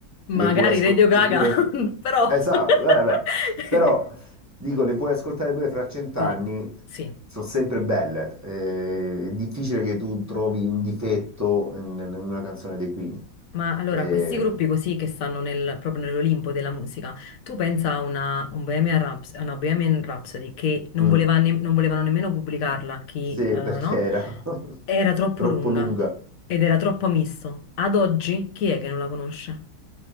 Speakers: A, on the left; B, on the right.
A: Magari
B: Le puoi ascoltare
A: Radio Gaga,
B: pure...
A: <laughs> però.
B: Esatto,
A: <laughs>
B: eh, beh. Però Dico, le puoi ascoltare pure fra cent'anni,
A: Sì, sì.
B: sono sempre belle. Eh, è difficile che tu trovi un difetto in, in una canzone dei Queen.
A: Ma allora,
B: Eh,
A: questi gruppi così che stanno nel- proprio nell'Olimpo della musica, tu pensa a una, un Bohemian Raps- a una Bohemian Rhapsody che non
B: mm,
A: voleva ne- non volevano nemmeno pubblicarla, chi,
B: sì,
A: eh,
B: perché
A: no?
B: era <laughs>
A: Era troppo
B: troppo
A: lunga
B: lunga.
A: ed era troppo misto. Ad oggi chi è che non la conosce?